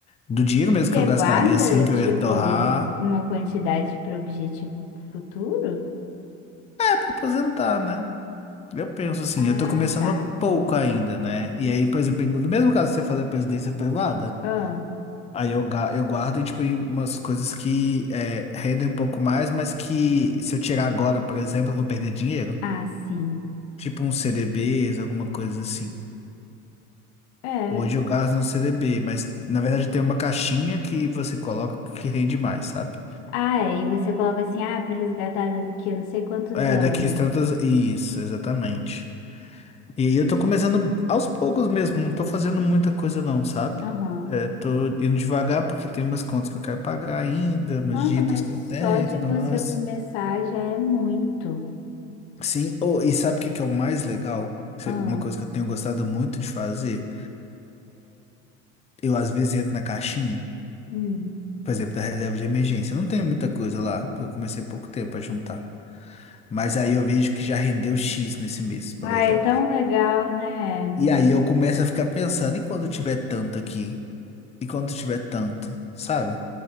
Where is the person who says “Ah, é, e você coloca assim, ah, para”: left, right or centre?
Left